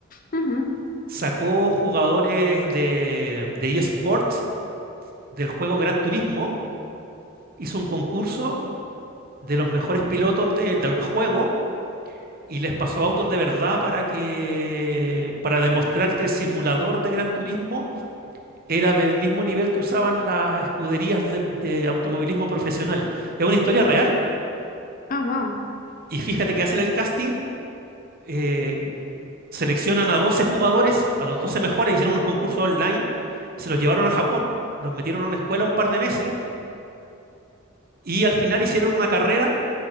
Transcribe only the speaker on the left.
Ujú.
Ah, wow.